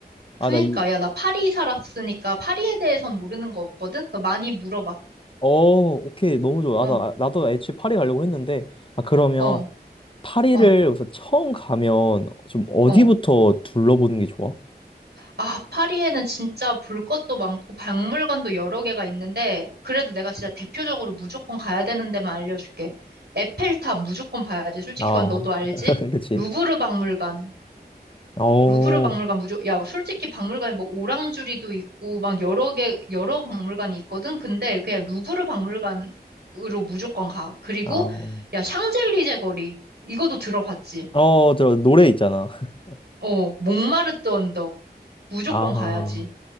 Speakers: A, on the left; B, on the right.
A: 아,
B: 그니까,
A: 나 이,
B: 야, 나 파리 살았으니까 파리에 대해선 모르는 거 없거든? 그러니까 많이 물어봐.
A: 어, 오케이. 너무 좋아.
B: 어,
A: 아, 나, 아, 나도 애초에 파리 가려고 했는데, 아, 그러면
B: 어,
A: 파리를
B: 어,
A: 우선 처음 가면 좀 어디부터
B: 어.
A: 둘러보는 게 좋아?
B: 아, 파리에는 진짜 볼 것도 많고 박물관도 여러 개가 있는데, 그래도 내가 진짜 대표적으로 무조건 가야 되는 데만 알려줄게. 에펠탑 무조건 봐야지. 솔직히
A: 아,
B: 그건 너도 알지?
A: <laughs> 그치.
B: 루브르 박물관,
A: 어,
B: 루브르 박물관 무조, 야, 솔직히 박물관에 뭐 오랑주리도 있고, 막 여러 개, 여러 박물관이 있거든? 근데 그냥 루브르 박물관으로 무조건 가. 그리고,
A: 아,
B: 야, 샹젤리제 거리. 이것도 들어봤지?
A: 어, 저 노래 있잖아. <laughs>
B: 어, 몽마르트 언덕. 무조건
A: 아.
B: 가야지.